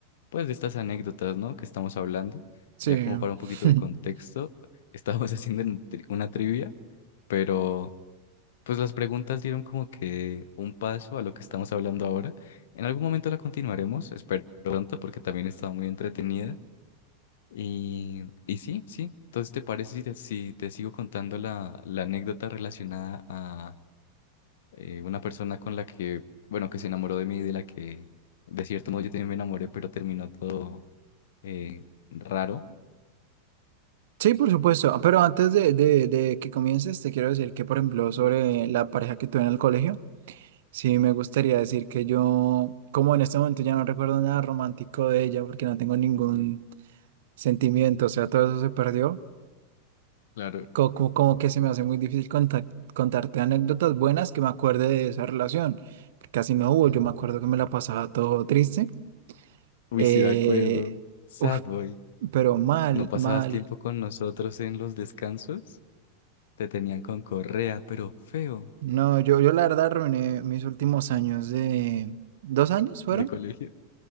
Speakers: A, on the left (about 55°); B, on the right (about 55°).
A: pues, de estas anécdotas, ¿no? Que estamos hablando.
B: sí.
A: Ya como para un poquito
B: <laughs>
A: de contexto, estábamos <laughs> haciendo una tri- una trivia, pero pues las preguntas dieron como que un paso a lo que estamos hablando ahora. En algún momento la continuaremos, espero pronto, porque también estaba muy entretenida. Y, y sí, sí. Entonces, ¿te parece si te, si te sigo contando la, la anécdota relacionada a eh, una persona con la que, bueno, que se enamoró de mí, de la que, de cierto modo, yo también me enamoré, pero terminó todo eh, raro?
B: Sí, por supuesto. Ah, Pero antes de, de, de que comiences, te quiero decir que, por ejemplo, sobre la pareja que tuve en el colegio. Sí, me gustaría decir que yo, como en este momento ya no recuerdo nada romántico de ella porque no tengo ningún sentimiento, o sea, todo eso se perdió,
A: Claro.
B: co- como, como que se me hace muy difícil conta- contarte anécdotas buenas que me acuerde de esa relación, porque casi no hubo,
A: <laughs>
B: yo me acuerdo que me la pasaba todo triste,
A: Uy,
B: eh,
A: sí, me acuerdo. Sad
B: uf,
A: boy.
B: pero mal,
A: ¿No pasabas
B: mal.
A: tiempo con nosotros en los descansos? Te tenían con correa, pero feo,
B: No, yo, yo la verdad arruiné mis últimos años de... ¿Dos años fueron?
A: de colegio.